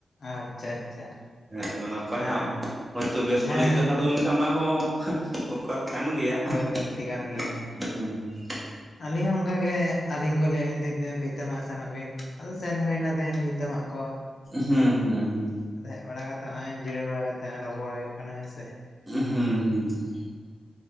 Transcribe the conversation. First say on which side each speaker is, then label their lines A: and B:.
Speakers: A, on the left; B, on the right.
A: ᱟᱪᱪᱷᱟ ᱟᱪᱪᱷᱟ
B: ᱟᱫᱚ ᱱᱟᱯᱟᱭ
A: ᱦᱮᱸ
B: ᱦᱟᱸᱜ ᱦᱳᱭ ᱛᱚ ᱵᱮᱥ
A: ᱦᱮᱸ
B: ᱵᱟᱞᱤᱧ ᱟᱹᱭᱠᱟᱹᱣ ᱱᱟ ᱟᱫᱚ ᱢᱮᱱᱠᱷᱟᱱ ᱚᱱᱟ ᱦᱚᱸ ᱫᱚᱨᱠᱟᱨ ᱠᱟᱱ ᱜᱮᱭᱟ
A: ᱦᱳᱭ
B: <unintelligible>
A: ᱞᱟᱹᱠᱛᱤ ᱠᱟᱱ ᱜᱮᱭᱟ ᱟᱹᱞᱤᱧ ᱦᱚᱸ ᱚᱱᱠᱟᱜ ᱜᱮ ᱟᱹᱞᱤᱧ ᱠᱚ ᱞᱟᱹᱭᱟᱜ ᱞᱤᱧ ᱵᱷᱤᱛᱟᱹ ᱢᱟᱜ ᱥᱮᱱᱚᱜ ᱵᱤᱱ ᱟᱫᱚ ᱥᱮᱱ ᱦᱩᱭᱱᱟ ᱫᱤᱱ ᱵᱷᱤᱛᱟᱹᱢᱟᱜ ᱠᱚ
B: ᱦᱩᱸ ᱦᱩᱸ ᱦᱩᱸ
A: ᱟᱫ ᱦᱮᱡ ᱵᱟᱲᱟ ᱠᱟᱛᱮ ᱱᱚᱜᱼᱚᱭ ᱡᱤᱨᱟᱹ ᱵᱟᱲᱟ ᱠᱟᱛᱮᱫ ᱨᱚᱯᱚᱲ ᱦᱩᱭᱩᱜ ᱠᱟᱱᱟᱭ ᱦᱮᱸ ᱥᱮ
B: ᱦᱩᱸ ᱦᱩᱸ ᱦᱩᱸ